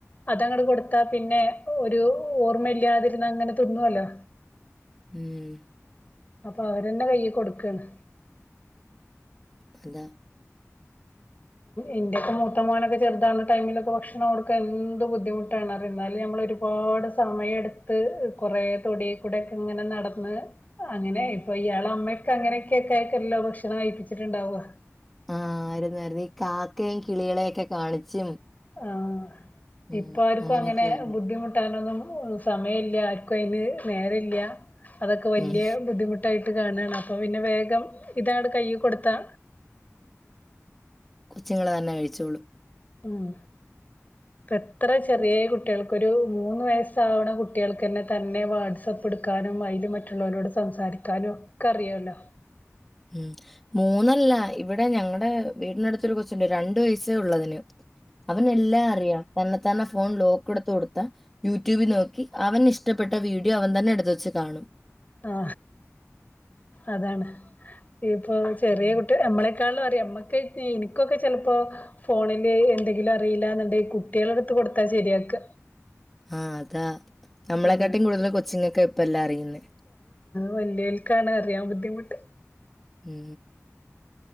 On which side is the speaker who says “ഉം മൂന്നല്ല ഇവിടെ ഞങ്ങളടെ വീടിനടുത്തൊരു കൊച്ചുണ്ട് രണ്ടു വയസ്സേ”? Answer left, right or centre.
Centre